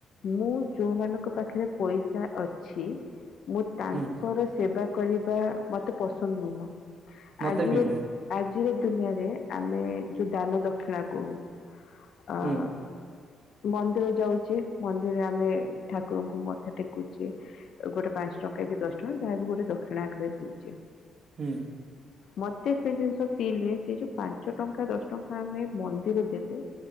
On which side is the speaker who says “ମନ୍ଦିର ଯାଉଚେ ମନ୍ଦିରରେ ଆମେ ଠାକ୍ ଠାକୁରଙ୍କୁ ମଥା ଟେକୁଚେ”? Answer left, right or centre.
Left